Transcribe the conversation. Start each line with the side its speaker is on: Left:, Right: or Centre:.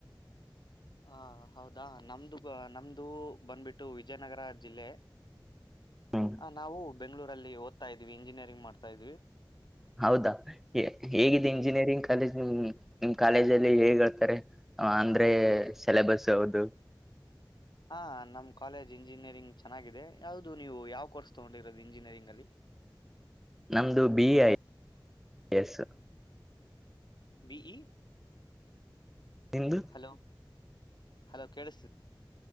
Left: ಹ ಹೌದಾ ನಮ್ದು ನಮ್ದು ಬಂದ್ಬಿಟ್ಟು ವಿಜಯನಗರ ಜಿಲ್ಲೆ
Centre: ಹ್ಮ್
Left: ಹ ನಾವು ಬೆಂ್ಗಳೂರಲ್ಲಿ ಓದ್ತಾ ಇದ್ವಿ ಇಂಜಿನಿಯರಿಂಗ್ ಮಾಡ್ತಾ ಇದ್ವಿ
Centre: ಹೌದಾ ಹೇಗಿದೆ ಇಂಜಿನಿಯರಿಂಗ್ ಕಾಲೇಜ್ಮ ನಿಮ್ ಕಾಲೇಜ್ ಹೇಗ್ ಹೇಳ್ತಾರೆ ಅಂದ್ರೆ ಸಿೆಲೆಬಸ್ ಹೌದು
Left: ಹಾಂ ನಮ್ಮ ಕಾಲೇಜ್ ಇಂಜಿನಿಯರಿಂಗ್ ಚೆನ್ನಾಗಿದೆ ಯಾವುದು ನೀವು ಯಾವ ಕೋರ್ಸ್ ತೊಗೊಂಡಿರೋದು ಇಂಜಿನಿಯರಿಂಗಲ್ಲಿ
Centre: ನಮ್ದು ಬಿ ಐ ಎಸ್
Left: ಬಿಇ
Centre: ಎ್ದ
Left: ಹಲೋ ಹಲೋ ಕೇಳಿಸ್ತೀ